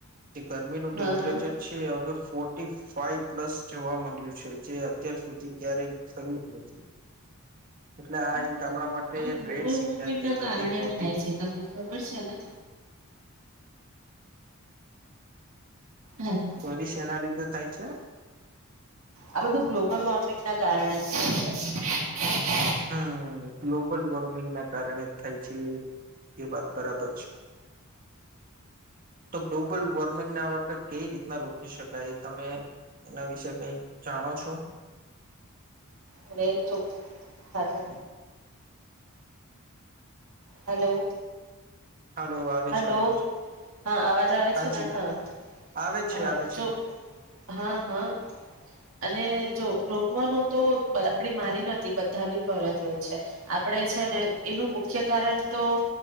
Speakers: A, on the right; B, on the right.
A: જે ગરમીનું ટેમ્પરેચર
B: હા હા
A: છે હવે ફોર્ટી. ફાઇવ પ્લસ જોવા મળ્યું છે જે અત્યાર સુધી ક્યારેય થયું નથી. એટલે આ એક
B: બધું
A: આપણા માટે
B: આ ગ્લોબલ
A: રેડ સિગ્નલ
B: વોર્મિંગ
A: કેહેવાય
B: ના કારણે
A: કે ફો
B: થાય છે તમને ખબર છે ને. હેલો
A: <unintelligible> થાય છે.
B: આ બધું ગ્લોબલ વોર્મિંગ ના કારણે જ થાય છે.
A: હમ્મ ગ્લોબલ વોર્મિંગના કારણે થાય છે એ વાત બરાબર છે તો ગ્લોબલ વોર્મિંગને અવે કઈ રીતના રોકી શકાય એ તમે એના વિશે કઈક જાણો છો?
B: હવે જો હાલો હાલો.
A: હાલો આવે
B: હેલો
A: છે અવાજ
B: હા અવાજ આવે
A: હાજી
B: છે ને હા
A: આવે છે
B: હ
A: આવે છે
B: જો. હા હા અને જો રોકવાનું તો આપડી મારી નથી બધાની ફરજ હોય છે આપડે છે ને એનું મુખ્ય કારણ તો